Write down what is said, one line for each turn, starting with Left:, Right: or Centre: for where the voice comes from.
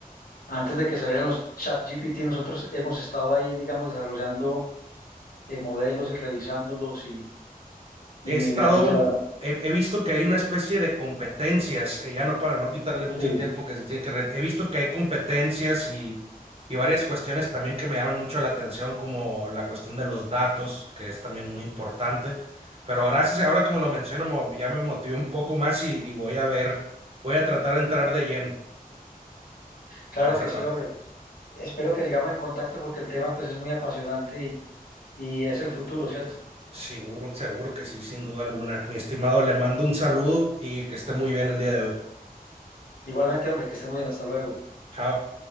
Left: Antes de que salieran los chat GPT, nosotros hemos estado ahí, digamos, desarrollando eh, modelos y revisándolos y, y
Right: he estado,
Left: mirando toda la...
Right: he, he visto que hay una especie de competencias, eh, ya no para no quitarle mucho
Left: Sí.
Right: tiempo que se tiene que, re- he visto que hay competencias y, y varias cuestiones también que me llaman mucho la atención, como la cuestión de los datos, que es también muy importante. Pero gracias, ahora como lo menciono mo- ya me motivé un poco más y, y voy a ver, voy a tratar de entrar de lleno
Left: Claro
Right: a esa
Left: que
Right: parte.
Left: sí, hombre. Espero que sigamos en contacto porque el tema pues es muy apasionante y, y es el futuro, ¿cierto?
Right: Seguro, seguro que sí, sin duda alguna. Mi estimado, le mando un saludo y que esté muy bien el día de hoy.
Left: Igualmente, hombre, que esté muy bien, hasta luego.
Right: Chao.